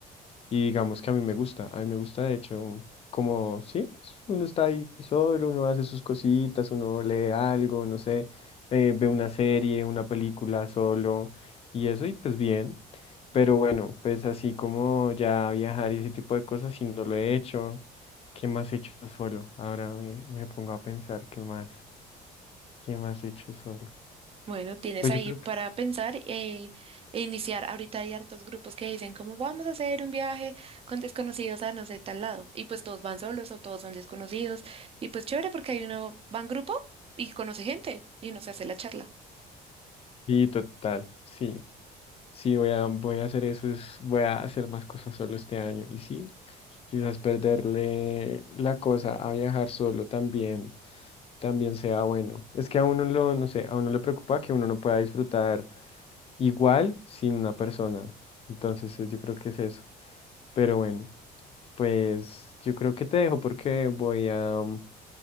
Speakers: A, on the left; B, on the right.
A: y digamos que a mí me gusta, a mí me gusta de hecho, como, sí, es- uno está ahí solo, uno hace sus cositas, uno lee algo, no sé, eh, ve una serie, una película solo y eso y pues bien. Pero bueno, pues así como ya viajar y ese tipo de cosas, si no lo he hecho, ¿qué más he hecho solo? Ahora me, me pongo a pensar, ¿qué más? ¿Qué más he hecho solo?
B: Bueno, tienes
A: Pues
B: ahí
A: yo creo
B: para
A: que
B: pensar eh, e iniciar. Ahorita hay hartos grupos que dicen, ¿cómo vamos a hacer un viaje con desconocidos a no sé tal lado? Y pues todos van solos o todos son desconocidos. Y pues chévere porque hay uno, va en grupo y conoce gente y uno se hace la charla.
A: sí, total, sí. Sí, voy a, voy a hacer eso, es- voy a hacer más cosas solo este año. Y sí, quizás perderle la cosa a viajar solo también, también sea bueno. Es que a uno lo, no sé, a uno le preocupa que uno no pueda disfrutar igual sin una persona. Entonces, eh, yo creo que es eso. Pero bueno, pues yo creo que te dejo porque voy a, mm,